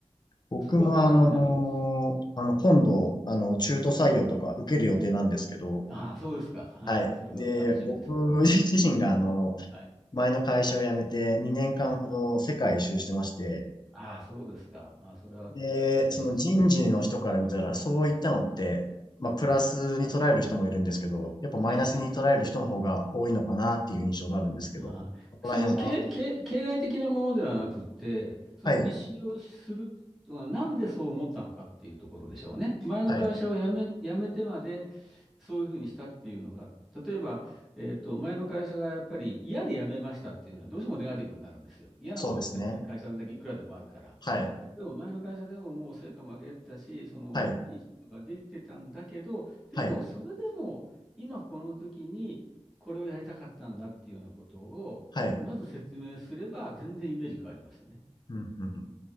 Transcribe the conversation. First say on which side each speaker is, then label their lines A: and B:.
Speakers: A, on the left; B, in the centre.
A: 僕もあのーあの、
B: る。そこは基本になります。
A: 今度、あの、中途採用とか受ける予定なんですけど、
B: ああ、そうですか。
A: はい。
B: <laughs> それは楽しみですね。
A: で、僕自身があの、
B: はい。
A: 前の会社を辞めて2年間ほど世界一周してまして、
B: はいはいああ、そうですか。ああ、それはた楽しいですね。
A: で、その人事の人から見たら、そういったのって、
B: ええ、
A: まあ、プラスに捉える人もいるんですけど、
B: え
A: やっぱマイナスに捉える人の方が多いのかなっていう印象があるんですけど、
B: え、えああ、
A: ここら辺は、
B: そういう形、形、形骸的なものではなくて、その意思をするのはなんでそう思ったのかっていうところでしょうね。
A: はい、
B: 前の会社を辞め、
A: はい、
B: 辞めてまでそういうふうにしたっていうのが、例えば、えっと、前の会社がやっぱり嫌で辞めましたっていうのはどうしてもネガティブになるんですよ。嫌なことってね、
A: そうですね。
B: 会社なんだけいくらでもあるから。
A: はい、
B: でも前の会社でももう成果も上げてたし、そのいい仕事ができてたんだけど、
A: はい、
B: でもそれでも今この時に、
A: はい、
B: これをやりたかったんだっていうようなことを、
A: はい。
B: まず説明すれば全然イメージ変わりますよね。
A: うんうんうん